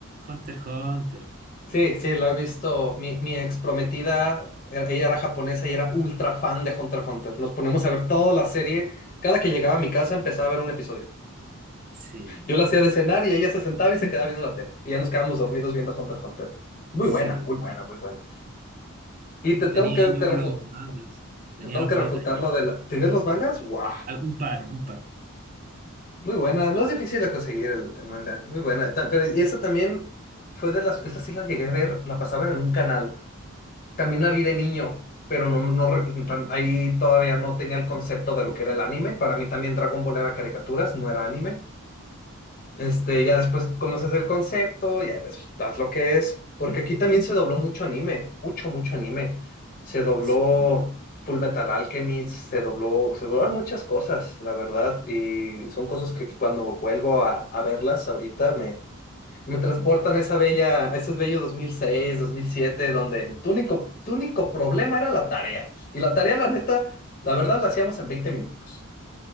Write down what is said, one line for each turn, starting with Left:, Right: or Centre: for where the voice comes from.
Right: Hunter x Hunter.
Left: Sí, sí, lo he visto. Mi, mi ex prometida, e- ella era japonesa y era ultra fan de Hunter x Hunter. Nos poníamos a ver toda la serie. Cada que llegaba a mi casa empezaba a ver un episodio.
Right: Sí,
Left: Yo la hacía de cenar y ella se sentaba y se quedaba viendo la tele. Y ya nos quedábamos dormidos viendo Hunter x Hunter. Muy
Right: sí.
Left: buena, muy buena, muy buena. Y te tengo
Right: Tenía
Left: que, te
Right: yo
Left: refu-
Right: los mangas. Tenía
Left: te tengo
Right: los
Left: que
Right: mangas.
Left: refutar lo de la... ¿Tienes los mangas? ¡Guau!
Right: Al- Un par, un par.
Left: Muy buena, no es difícil de conseguir el, el manga, muy buena. eh, Ta- Pero y esa también fue de las, esta sí la llegué a ver, la pasaban en un canal. También la vi de niño, pero no, no re- tam- ahí todavía no tenía el concepto de lo que era el anime. Para mí también Dragon Ball era caricaturas, no era anime. Este, ya después conoces el concepto, ya ves, sabes lo que es. Porque aquí también se dobló mucho anime, mucho, mucho anime. Se dobló
Right: Sí,
Left: Full Metal Alchemist, se dobló, se doblaron muchas cosas, la verdad. Y son cosas que cuando vuelvo a, a verlas ahorita me, me transportan a esa bella, a ese bello dos dos mil seis, dos mil siete, donde tu único, tu único problema era la tarea. Y la tarea, la neta, la verdad, la hacíamos en 20 minutos.